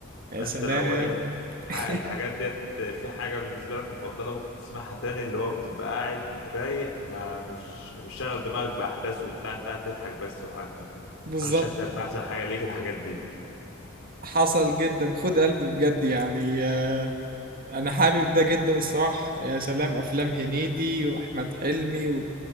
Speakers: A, on the right; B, on the left.
A: يا
B: فانت
A: سلام
B: لو ايه ح-
A: <laughs>
B: الحاجات ديت في حاجه بالنسبه لك مفضله ممكن تسمعها تاني اللي هو بتبقى قاعد رايق ما مش مش شاغل دماغك باحداث وبتاع انت قاعد تضحك بس وحاجات من كده
A: بالظبط
B: انا شايف هيبقى احسن حاجه ليك الحاجات دي
A: حصل جدا خد قلب بجد يعني آه انا حابب ده جدا الصراحه يا سلام افلام هنيدي واحمد حلمي و...